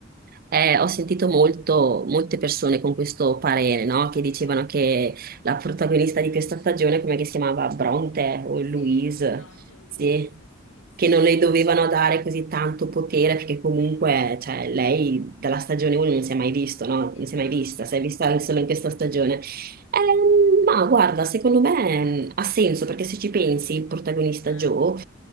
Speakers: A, on the right; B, on the left.
A: Eh, ho sentito molto, molte persone con questo parere, no? Che
B: Sì,
A: dicevano che la protagonista di questa stagione, come che si chiamava Bronte o
B: sì,
A: Louise,
B: Bronte Ulisse,
A: sì,
B: sì, sì,
A: che non
B: sì.
A: le dovevano dare così tanto potere perché comunque, cioè, lei dalla stagione 1 non si è mai visto, no? Non
B: esatto.
A: si è mai vista, si è vista solo in questa stagione. Ehm, ma guarda, secondo me mm, ha senso perché se ci pensi, il protagonista
B: Ah,
A: Joe